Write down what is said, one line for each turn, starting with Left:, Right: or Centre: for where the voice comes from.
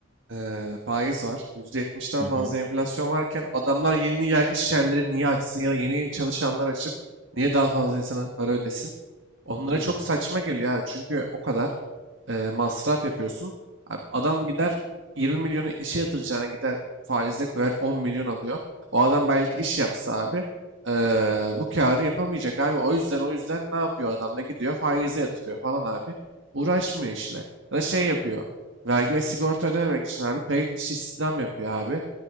Right: eee, faiz var. Yüzde yetmişten
Centre: Hı hı,
Right: fazla enflasyon varken adamlar yeni yer, iş yerleri niye açsın ya da yeni çalışanlar açıp niye daha fazla insana para ödesin? Onlara
Centre: tabii.
Right: çok saçma geliyor abi. Çünkü o kadar e, masraf yapıyorsun. Abi Adam gider 20 milyonu işe yatıracağına gider faize koyar 10 milyon alıyor. O adam belki iş yapsa abi e, bu karı yapamayacak abi. O yüzden o yüzden ne yapıyor adam da gidiyor faize yatırıyor falan abi. Uğraşmıyor işle. Ya da şey yapıyor. Vergi ve sigorta ödememek için abi kayıt dışı istihdam yapıyor abi.